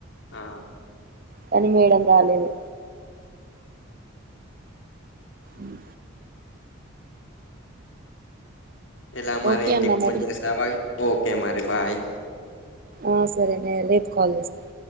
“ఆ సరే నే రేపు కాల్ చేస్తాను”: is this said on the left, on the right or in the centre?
Right